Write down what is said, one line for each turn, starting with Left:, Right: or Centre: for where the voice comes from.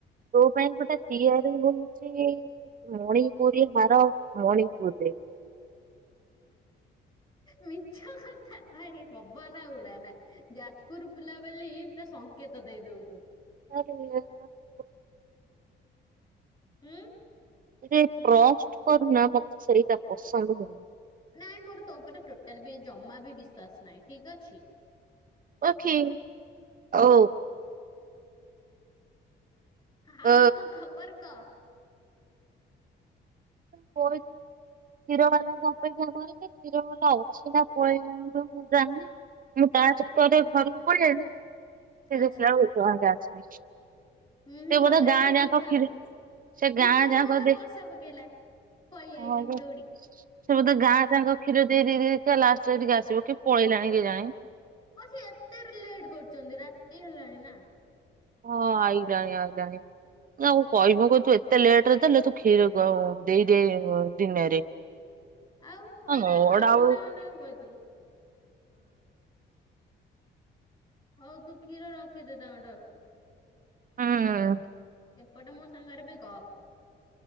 Right: ତୋ ପାଇଁ ଗୋଟେ ପିଏ <unintelligible> ହଉଚି ମଣିପୁରୀ ହାର ମଣିପୁରରେ।
Left: ମିଛ କଥା। ଭାଇ ପବନା ଉଡା ନା ଯାଜପୁର ପିଲା ବୋଲି ପୁରା ସଂଙ୍କେତ ଦେଇ ଦଉଚୁ।
Right: <unintelligible>
Left: ଆଁ
Right: ମତେ ଏ ଟ୍ରଷ୍ଟ କରୁନା ମତେ ସେଇଟା ପସନ୍ଦ ହଉନି।
Left: ନାଇଁ ମୋର ତୋ ଉପରେ ଟୋଟାଲ ବି ଜମା ବି ବିଶ୍ଵାସ ନାହିଁ। ଠିକ୍ ଅଛି।
Right: ଓକେ ଓ
Left: ଆଉ
Right: ଓ
Left: କଣ ଖବର କହ।
Right: କଇଚି। କ୍ଷୀର ବାଲାକୁ ଅପେକ୍ଷା କରଚି। କ୍ଷୀର ବାଲା ଅଛି ନା ପଳେଇଲାଣି ବା ମୁଁ ଜାଣିନି। ମୁଁ ତା ଚକରେ ଘରକୁ ପଳେଇଆଇଲି। ସେ
Left: ଆଚ୍ଛା
Right: ଦେଖିଲା ବେଳେକୁ ଏତେ ବେଳ ଯାଏ ଆସିନି।
Left: ହୁଁ ହୁଁ
Right: ସେ
Left: ନହେଲେ
Right: ବୋଧେ
Left: ଆଉ
Right: ଗାଁ
Left: ଟିକେ
Right: ଯାକ
Left: ବୁଲିଥାନ୍ତୁ।
Right: କ୍ଷୀର ସେ ଗାଁ
Left: ଦିଦି ବି
Right: ଯାକ
Left: ଜୋ ଜୋର୍
Right: ଦେ
Left: ବର୍ଷା ପକେଇଲା। ପଳେଇ
Right: ହଁ
Left: ଆଇଲି
Right: ଯେ
Left: ଦୌଡିକି।
Right: ସେ ବୋଧେ ଗାଁ ଯାଙ୍କ କ୍ଷୀର ଦେଇ ଦେଇ ଦେଇକା ଲାଷ୍ଟରେ ଏଠିକି ଆସିବ। କି ପଳେଇଲାଣି କେଜାଣି।
Left: କଣ ସେ ଏତେ ଲେଟ୍ କରୁଚନ୍ତି? ରାତି ହେଲାଣି ନା।
Right: ହଁ ଆଇଲାଣି ଆଇଲାଣି। ଆଉ କହିବି ମୁଁ କହିବି ତୁ ଏତେ ଲେଟରେ ଦେଲେ ତୁ କ୍ଷୀର ଦେଇଦେ ଦିନେରେ।
Left: ଆଉ ହଇରାଣ
Right: ହେ ମୋର
Left: ନା
Right: ଆଉ
Left: ଅନେଇ
Right: ହୁଁ।
Left: ଅନେଇ ବଇଥିବୁ। ହଉ ତୁ କ୍ଷୀର ରଖିଦେ ତାଙ୍କ ଠାରୁ।
Right: ହୁଁ
Left: ଏପଟେ ମୋ ସାଙ୍ଗରେ ବି ଗପ।